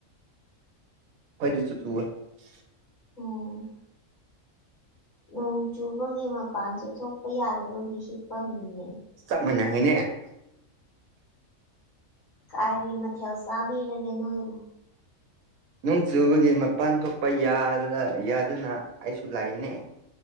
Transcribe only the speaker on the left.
ꯑꯣ ꯅꯣꯡ ꯆꯨꯕꯒꯤ ꯃꯄꯥꯟ ꯆꯠꯊꯣꯛꯄ ꯌꯥꯗꯕꯒꯤ ꯍꯤꯞꯄ ꯃꯤꯅꯦ ꯫
ꯎ ꯀꯔꯤ ꯃꯊꯦꯜ ꯆꯥꯕꯤꯔꯒꯦ ꯅꯣꯏꯕꯨ